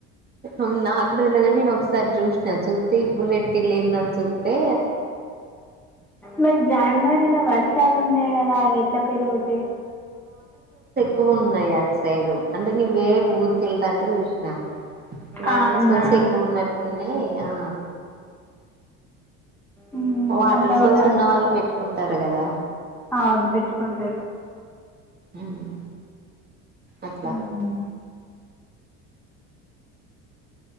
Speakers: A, on the right; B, in the centre.
A: ఔన్ నాగ్గూడా దెల్వద్ గాని నేనొక్సారి జూష్న జూత్తే ఇప్పుడు వెట్టిల్లేందని జూత్తే
B: మరి జాన్వరిలా వర్షాలు ఉండయ్ గదా అవెట్ల పెరుగుతయ్.
A: కువున్నాయట్ సైడు అంటె నేన్ వేరే ఊర్కేల్తాంటె జూష్ న వాటర్
B: అవునా
A: సోర్సెక్కువున్నటున్నయ్ ఆ
B: ఊమ్
A: వాటర్
B: అట్ల
A: సోర్స్
B: గూడా
A: ఉన్న వాళ్ళు పెట్టుకుంటారు కదా
B: ఔన్ పెట్టుకుంటరు.
A: ఊమ్ అట్ల
B: ఉమ్.